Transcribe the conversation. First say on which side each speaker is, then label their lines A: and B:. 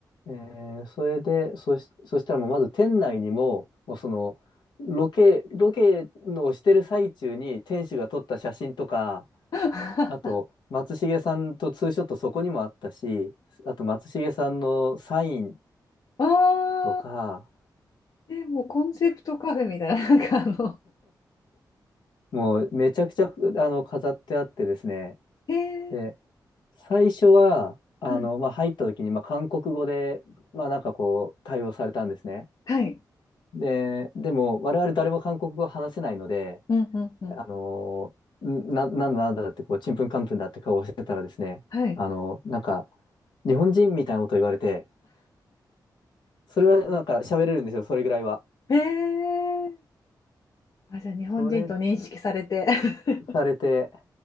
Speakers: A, on the left; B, on the left.
A: えーそれで、そし、そしたらもうまず店内にも、もうその、ロケ、ロケのをしてる最中に店主が撮った写真とか、
B: <laughs>
A: あと、
B: あ
A: 松重さんとツーショットそこにもあったし、あと松重さんのサイン
B: あ、
A: とか、
B: え、もうコンセプトカフェみたいな、なんかあの、
A: もうめちゃくちゃ、あの、飾ってあってですね、
B: えー、
A: で最初は、あの、
B: はい、
A: まあ、入った時に、まあ、韓国語で、まあ、なんかこう、対応されたんですね。
B: はい、
A: で、でも、我々誰も韓国語話せないので、
B: うん、うん、うん、
A: あの、んな、なんだなんだって、こう、ちんぷんかんぷんだって顔をしてたらですね、
B: はい、
A: あの、なんか、日本人みたいなこと言われて、それはなんか喋れるんですよ、それぐらいは。
B: えーあ、じゃあ日本人と認識されて。
A: それ
B: <laughs>
A: されて、